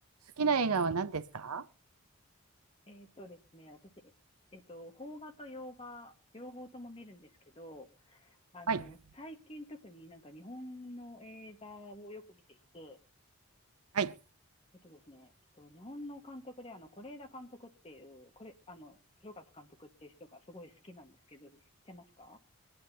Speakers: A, on the right; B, on the left.
A: 好きな映画は何ですか
B: えーっとですね、私、えっと、邦画と洋画、両方とも見るんですけど、あの、
A: はい。
B: 最近特になんか日本の映画をよく見ていて、
A: はい。
B: えっとですね、えっと、日本の監督で、あの、是枝監督っていう、これ、あの、広和監督っていう人がすごい好きなんですけど、知ってますか